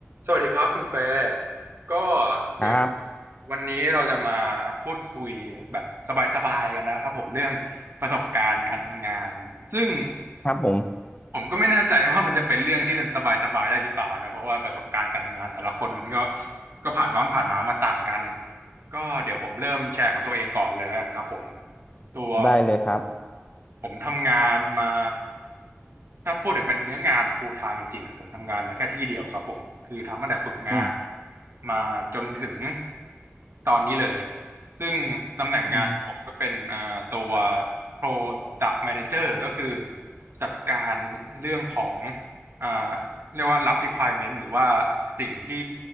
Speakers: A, on the right; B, on the left.
A: สวัสดีครับคุณแฟร์ก็เดี๋ยว
B: ครับ
A: วันนี้เราจะมาพูดคุยแบบสบายๆกันนะครับผมเรื่องประสบการณ์การทำงานซึ่ง
B: ครับผม
A: ผมก็ไม่แน่ใจว่ามันจะเป็นเรื่องที่สบายๆได้หรือเปล่านะเพราะว่าประสบการณ์การทำงานแต่ละคนมันก็ก็ผ่านร้อนผ่านหนาวมาต่างกันก็เดี๋ยวผมเริ่มแชร์ของตัวเองก่อนเลยแล้วกันครับผมตัว
B: ได้เลยครับ
A: ผมทำงานมาถ้าพูดถึงเป็นเนื้องานแบบ full time จริงๆอะผมทำงานมาแค่ที่เดียวครับผมคือทำตั้งแต่ฝึกงาน
B: อืม
A: มาจนถึงตอนนี้เลยซึ่งตำแหน่งงานของผมก็เป็นอ่าตัว
B: อืม
A: Product Manager ก็คือจัดการเรื่องของอ่าเรียกว่ารับ requirement หรือว่าสิ่งที่